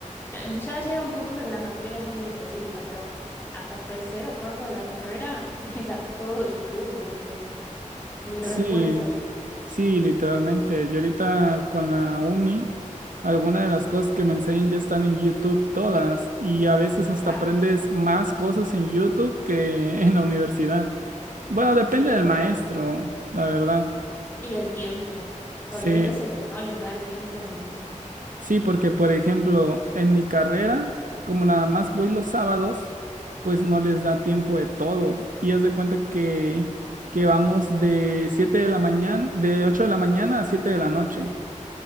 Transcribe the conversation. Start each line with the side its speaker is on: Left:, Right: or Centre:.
Left: Eh, Ya llega un punto en que las materias son muy específicas, pero hasta tercero o cuarto de la carrera <laughs> era todo YouTube lo que mi
Right: Sí,
Left: refuerzo.
Right: sí, literalmente. Yo ahorita con la uni, algunas de las cosas que me enseñan ya están en YouTube todas y a veces hasta
Left: Claro.
Right: aprendes más cosas en YouTube que en la universidad. Bueno, depende
Left: Sí,
Right: del
Left: no.
Right: maestro, la verdad.
Left: Y del tiempo, porque
Right: Sí,
Left: hay veces que no les da el tiempo ni ahí.
Right: Sí, porque por ejemplo, en mi carrera, como nada más voy los sábados, pues no les da tiempo de todo. Y haz de cuenta que, que vamos de 7 de la mañana, de 8 de la mañana a 7 de la noche.